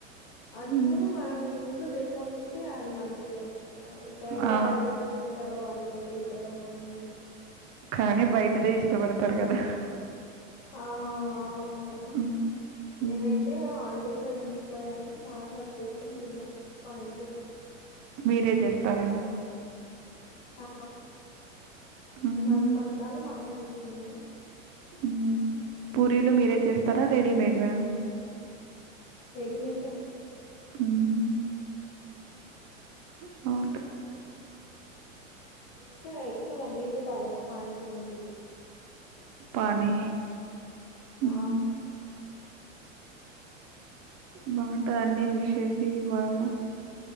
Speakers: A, on the left; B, on the right.
A: అది
B: మ్మ్.
A: కూడా మనం ఇం ట్లో చేసుకొని తింటే అది మంచిదే అది బయట
B: ఆ
A: ఎట్ల ఎట్లా చేసింటారో వాళ్ళు తెలిదు క్కన మనకి
B: కానీ బయటదే ఇష్టపడతారు కదా
A: ఆ అవును
B: మ్మ్.
A: నేనైతే
B: మ్మ్.
A: హాలిడేస్ లో ఇంటికి పోయాను చాలా సార్లు చేసుకొని తిన్నా పానీపూరి
B: మీరే చేస్తార
A: ఆ
B: మ్మ్.
A: మళ్ళ కొన్నీ సార్లు మా అమ్మ చేసింది
B: ఉమ్
A: హ్మ్.
B: పూరీలు మీరే చేస్తారా రెడీమేడ్ వా
A: రెడేమేట్ ఏ
B: ఉమ్ బావుంటాయి
A: నే అయితే ఎక్కువగా నీళ్లు తాగుతా పానీపూరీ నీళ్లు
B: పానీ
A: ఆ
B: హ్మ్. బాగుంటంది అన్ని మిక్స్ చేసి బాగా